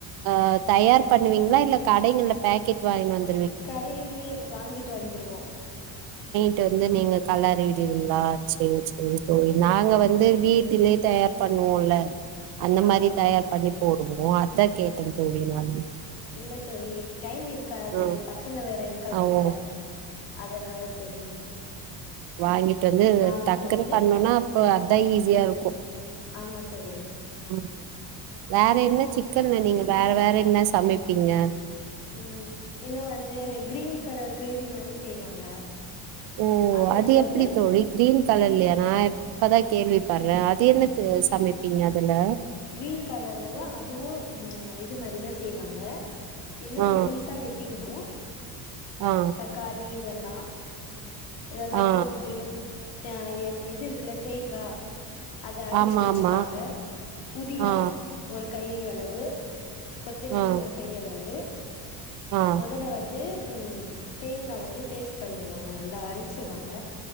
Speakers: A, on the right; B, on the left.
A: ஆ தயார் பண்ணுவீங்களா இல்ல கடைகள்ல பேக்கெட் வாங்கீனு வந்து
B: கடையிலயே வாங்கீட்டு வந்துருவோ
A: இருந்து நீங்க கள்ளறி விடுவீங்களா சேரி சேரி சேரி நாங்க வந்து வீட்டிலயே தயார் பண்ணுவோல அந்த
B: ஆமாவா
A: மாரி தயார் பண்ணி போடுவோ அத் அதா கேட்டேன் தோழி நானு
B: இல்ல தோழி டைம் இருக்காது
A: ஆ
B: பசங்க வேற இருக்காங்கல்ல
A: ஆ ஓ
B: அதனால தோழி
A: வாங்கித் வந்து
B: வாங்கிட்டு
A: டக்குனு
B: வந்து
A: பண்ணுனா அப்ப அதா ஈஸியா இருக்கு
B: ஆமாம் தோழி
A: ம் வேற என்ன சிக்கன்ல நீங்க வேற வேற என்ன சமைப்பீங்க
B: ம் இன்னு வந்து கிரீன் கலர் கிரேவி மாரி செய்வாங்க
A: ஓ
B: அதுக்கு
A: அது எப்டி
B: வந்து
A: தோழி கிரீன் கலர்லயா நா எப் இப்பதா கேள்வி படுறே அது என்னது சமைப்பீங்க அதுல
B: கிரீன் கலர்லதா அதுவு ம்ம் இது மாரிதா செய்வாங்க இன்னு
A: ஆ
B: மெலிஸா வெட்டிக்கணு
A: ஆ
B: தக்காளி எல்லா இதெல்லா
A: ஆ
B: போட்டுட்டு ஆ இது இருக்குல்ல தேங்கா அத அரச்சி
A: ஆமா
B: வச்சுப்பாங்க
A: ஆமா
B: புதினா
A: ஆ
B: ஒர் கை அளவு கொத்தமெல்லி
A: ஆ
B: ஒரு கை அளவு
A: ஆ
B: முதல்ல வந்து ஹூம் தேங்கா வந்து பேஸ்ட் பண்ணிருவாங்க நல்லா அரைச்சிருவாங்க